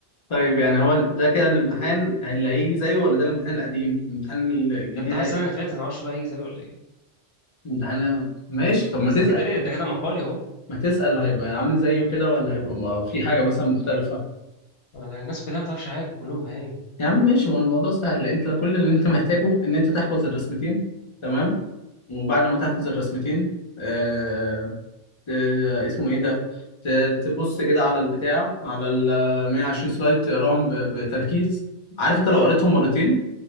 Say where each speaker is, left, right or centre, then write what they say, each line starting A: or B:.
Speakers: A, on the left; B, on the left.
A: طيب يعني هو ده كده الامتحان اللي هيجي زيه ولا ده الامتحان القديم الامتحان الجديد
B: ده امتحان
A: هيجي
B: السنه اللي فاتت انا معرفش بقى هيجي زيه ولا ايه
A: الامتحان ماشي طب ما
B: بس
A: تسأل
B: ده كده ري- ده كده مقالي اهو
A: ما تسأل هيبقى عامل زيه كده ولا هيبقى م- في حاجة مثلا مختلفة
B: أنا الناس كلها ما تعرفش حاجه كلهم بهايم
A: يا عم ماشي ما هو الموضوع سهل انت كل اللي انت محتاجه ان انت تحفظ الرسمتين تمام وبعد ما تحفظ الرسمتين آه، آه، اسمه ايه ده ت- تبص كده على البتاع على ال 120 سلايد تقراهم ب- بتركيز عارف انت لو قريتهم مرتين